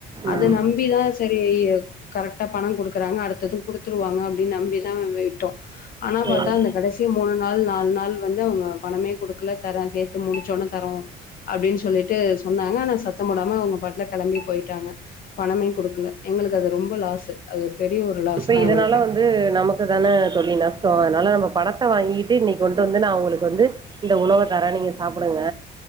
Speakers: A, on the left (about 50°); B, on the right (about 25°).
A: அத
B: ம்
A: நம்பிதா சரி கரெக்டா பணம் கொடுக்குறாங்க அடுத்தது கொடுத்துருவாங்க அப்டின்னு நம்பிதா விட்டோ ஆனா பார்த்தா
B: ம்
A: அந்த கடைசி மூணு நாள் நாலு நாள் வந்து அவங்க பணமே குடுக்கல தர சேர்த்து முடிச்சசொனே தரோ அப்படின்னு சொல்லிட்டு சொன்னாங்க ஆனா சத்த போடாம அவங்க பாட்டல கிளம்பி போயிட்டாங்க பணமே குடுக்கல தரே சேத்து முடுஞ்சோனே தரோஅப்டினு சொல்லிட்டு சொன்னாங்க ஆனா சத்தோ போடாம அவங்க பாட்ல போய்டாங்க பனமே குடுக்கல எங்களுக்கு அது ரொம்ப லாஸு அது பெரிய ஒரு லாஸ்
B: இப்ப
A: தா
B: இதனால
A: எங்களுக்கு
B: வந்து நமக்கு தானே தோழி நஷ்டோ அதனால நம்ம பணத்தை வாங்கிட்டு இன்னைக்கு கொண்டு வந்து ந வந்து உங்களுக்கு வந்து இந்த உணவ தர நீங்க சாப்பிடுங்க